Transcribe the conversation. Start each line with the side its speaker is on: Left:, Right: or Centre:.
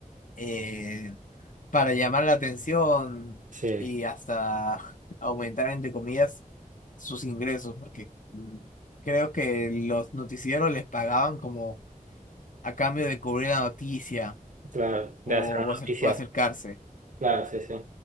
Left: eh, para llamar la atención
Right: sí,
Left: y hasta aumentar, entre comillas, sus ingresos, porque mm, creo que los noticieros les pagaban como a cambio de cubrir la noticia
Right: claro.
Left: o,
Right: De hacer una
Left: o acer-
Right: noticia.
Left: o acercarse.
Right: Claro, sí, sí.